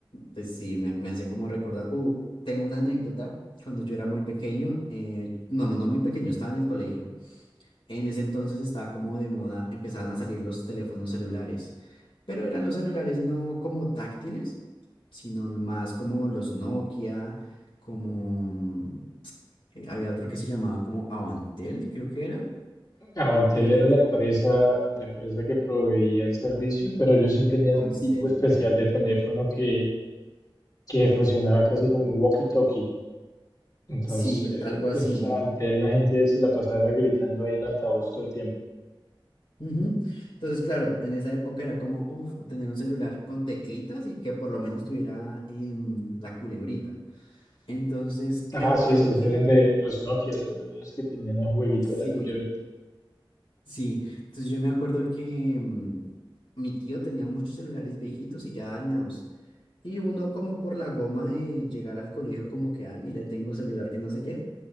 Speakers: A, on the left (about 85°); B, on the left (about 45°).
A: pues sí, me, me hace como recordar. Uh, tengo una anécdota. Cuando yo era muy pequeño, eh, no, no muy pequeño, estaba en el colegio. En ese entonces estaba como de moda, empezaban a salir los teléfonos celulares, pero eran los celulares no como táctiles, sino más como los Nokia, como mm, eh, había otro que se llamaba como Avantel, creo que era,
B: Avantel
A: pero era,
B: era la
A: era
B: empresa, la empresa que proveía el servicio, pero ellos sí tenían
A: Comcel,
B: un tipo especial
A: era.
B: de teléfono que, que funcionaba casi como un walkie-talkie. Entonces,
A: Sí, algo así.
B: esos Avantel, la gente se la pasaba gritando ahí en altavoz todo el tiempo.
A: Ujú. Entonces, claro, en esa época era como, uff, tener un celular con teclitas y que por lo menos tuviera em, la culebrita. Entonces, me
B: Ah,
A: acuerdo
B: sí, esos
A: que,
B: eran
A: mm,
B: de los Nokia, los, eran los que tenían el jueguito
A: sí,
B: de la culebrita,
A: Sí, entonces yo me acuerdo que mm, mi tío tenía muchos celulares viejitos y ya dañados. Y uno como por la goma de llegar al colegio como que, ah, mire, tengo celular que no sé qué.